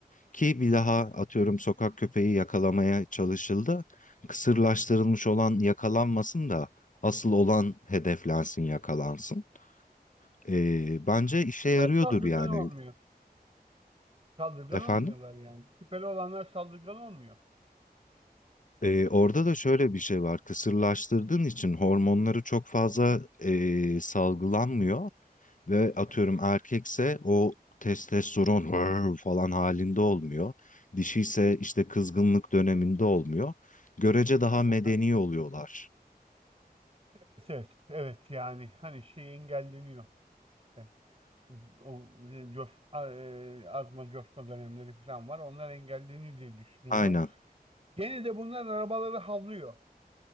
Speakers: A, on the left; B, on the right.
A: ki bir daha
B: Evet.
A: atıyorum sokak köpeği yakalamaya çalışıldı. Kısırlaştırılmış olan yakalanmasın da asıl olan hedeflensin, yakalansın. Eee, bence işe
B: Onlar
A: yarıyordur
B: hep saldırgan
A: yani
B: olmuyor. Saldırgan
A: efendim.
B: olmuyorlar yani. Küpeli olanlar saldırgan olmuyor.
A: Ee, orada da şöyle bir şey var. Kısırlaştırdığın için hormonları çok fazla e, salgılanmıyor. Ve atıyorum
B: Evet.
A: erkekse o testosteron "Hırr" falan halinde olmuyor. Dişiyse işte kızgınlık döneminde olmuyor. Görece daha medeni
B: Aha.
A: oluyorlar.
B: Evet, evet, evet. yani hani şey engelleniyor. E, O e, coş, a- e, azma coşma dönemleri falan var. Onlar engelleniyor diye düşünüyorum.
A: Aynen.
B: Gene de bunlar arabaları havlıyor.